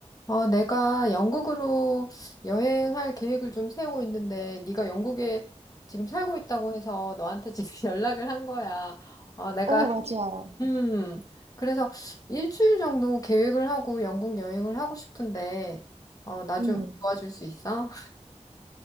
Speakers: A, on the left (about 30°); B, on the right (about 60°).
A: 아, 내가 영국으로 여행할 계획을 좀 세우고 있는데, 네가 영국에 지금 살고 있다고 해서 너한테 지금 <laughs> 연락을 한 거야. 아, 내가,
B: 어, 맞아.
A: 음, 그래서 일주일 정도 계획을 하고 영국 여행을 하고 싶은데, 어, 나
B: 음.
A: 좀 도와줄 수 있어?